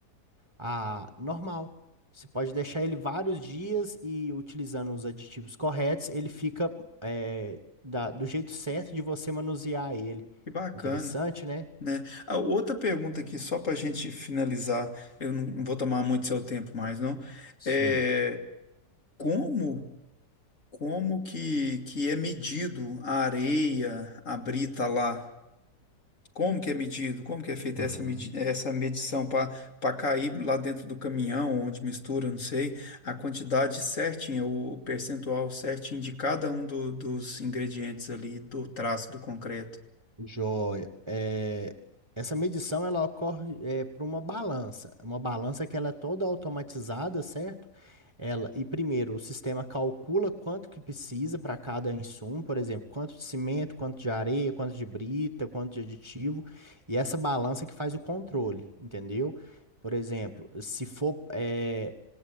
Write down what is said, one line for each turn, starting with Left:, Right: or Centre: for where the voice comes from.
Right: a normal. Você pode deixar ele vários dias e utilizando os aditivos corretos, ele fica é, da- do jeito certo de você manusear ele.
Left: Que bacana,
Right: Interessante, né?
Left: né? A outra pergunta aqui, só para a gente finalizar, eu não vou tomar muito seu tempo mais, não.
Right: Sim.
Left: É como, como que, que é medido a areia, a brita lá? Como que é medido? Como que é feita
Right: Uhum.
Left: essa, medi essa medição para para cair lá dentro do caminhão, onde mistura, não sei, a quantidade certinha, o percentual certinho de cada um do- dos ingredientes ali do traço do concreto?
Right: Joia. É, essa medição ela ocorre é, para uma balança, uma balança que ela é toda automatizada, certo? Ela e primeiro o sistema calcula quanto que precisa para cada insumo, por exemplo, quanto de cimento, quanto de areia, quanto de brita, quanto de aditivo, e essa balança que faz o controle, entendeu? Por exemplo, se for é,